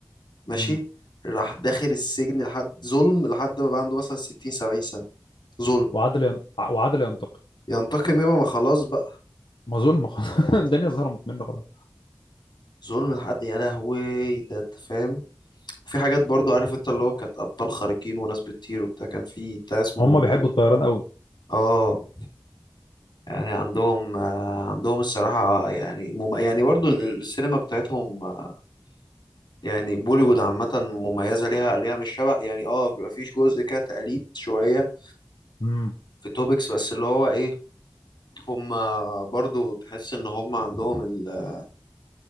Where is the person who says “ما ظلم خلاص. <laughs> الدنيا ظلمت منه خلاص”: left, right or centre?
Left